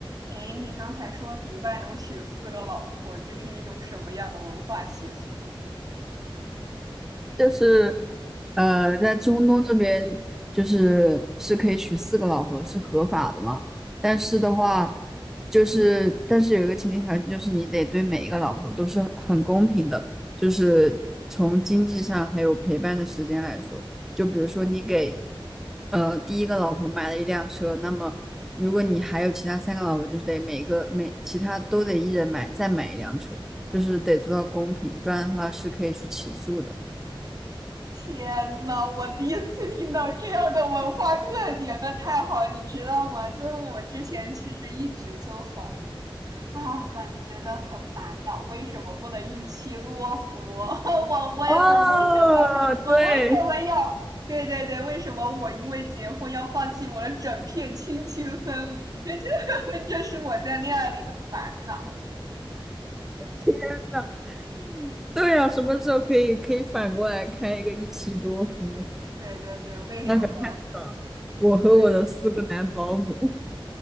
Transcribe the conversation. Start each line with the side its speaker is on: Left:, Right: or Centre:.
Right: 哎，你刚才说迪拜能娶四个老婆，这是一种什么样的文化习俗？
Centre: 就是呃，在中东这边就是是可以娶四个老婆，是合法的嘛。但是的话，
Right: 嗯哼，
Centre: 就是但是有一个前提条件，就是你得对每一个老婆都是很公平的，就是从经济上还有陪伴的时间来说，就比如说你给呃第一个老婆买了一辆车，那么如果你还有其他三个老婆，就是得每个每其他都得一人买再买一辆车，就是得做到公平，不然的话是可以去起诉的。
Right: 天呐，我第一次听到这样的文化特点，那太好了，你知道吗？就是我之前其实一直就很啊，很觉得很烦恼，为什么不能一妻多夫？<laughs> 我为了我为什么我为什么要？
Centre: 哦，对，
Right: 对对对，为什么我因为结婚要放弃我的整片青青森林？这就这是我在恋爱里的烦恼。
Centre: 天呐，对呀、什么时候可以可以反过来开一个一妻多夫？
Right: 对对对，为什么？
Centre: 那可太爽了！我和我的四个男保姆，
Right: 对，